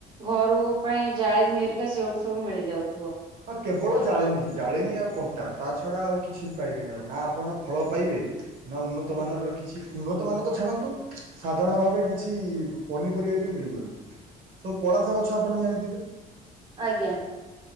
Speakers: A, on the right; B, on the right.
A: ଘରୁ ପାଇଁ ଯା ଜାଳିନି ହେରିକା ସେଇଠୁ ସବୁ ମିଳିଯାଉ
B: ହଁ କେବଳ ଜାଳେନି ଜାଳେନି ଆଉ କଣ୍ଟା ତା ଛଡା ଆଉ କିଛି ପାଇବେନି ଆଉ ନା ଆପଣ ଫଳ ପାଇବେ ନା ଉନ୍ନତମାନର
A: ଆଜ୍ଞା।
B: କିଛି ଉନ୍ନ ମାନ ତ ଛାଡନ୍ତୁ ସାଧାରଣ ଭାବେ କିଛି ପନିପରିବା ବି ମିଳିବନି। ସବୁ ପଳାସା ଗଛ ଆପଣ ଜାଣିଥିବେ
A: ଆଜ୍ଞା